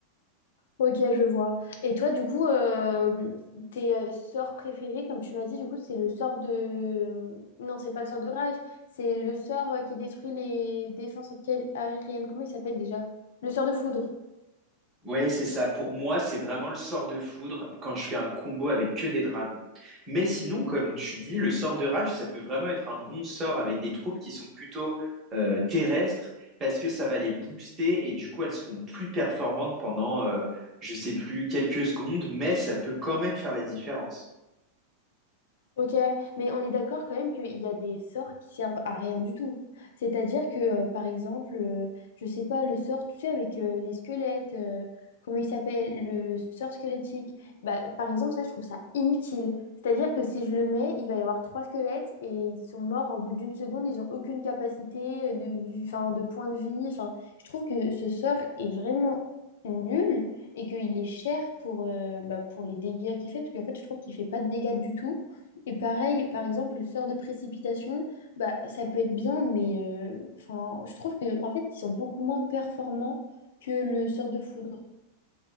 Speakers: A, on the left; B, on the right.
A: Ok, je vois. Et toi, du coup, euh, tes euh, sorts préférés, comme tu m'as dit, du coup, c'est le sort de... euh, Non, c'est pas le sort de rage, c'est le sort euh, qui détruit les défenses anti-aériennes. Comment il s'appelle déjà? Le sort de foudre.
B: Ouais, c'est ça. Pour moi, c'est vraiment le sort de foudre quand je fais un combo avec que des dragons. Mais sinon, comme tu dis, le sort de rage, ça peut vraiment être un bon sort avec des troupes qui sont plutôt euh, terrestres parce que ça va les booster et du coup, elles seront plus performantes pendant, euh, je sais plus, quelques secondes, mais ça peut quand même faire la différence.
A: Ok, mais on est d'accord quand même qu'il y a des sorts qui servent à rien du tout. C'est-à-dire que, euh, par exemple, euh, je sais pas, le sort, tu sais, avec euh, les squelettes, euh, comment il s'appelle, le sort squelettique, bah, par exemple, ça, je trouve ça inutile. C'est-à-dire que si je le mets, il va y avoir trois squelettes et ils sont morts au bout d'une seconde, ils n'ont aucune capacité euh, de, enfin, de point de vie. Enfin, je trouve que ce sort est vraiment nul et qu'il est cher pour, euh, bah, pour les dégâts qu'il fait, parce qu'en fait, je trouve qu'il fait pas de dégâts du tout. Et pareil, par exemple, le sort de précipitation, bah, ça peut être bien, mais euh, enfin, je trouve que en fait, ils sont beaucoup moins performants que le sort de foudre.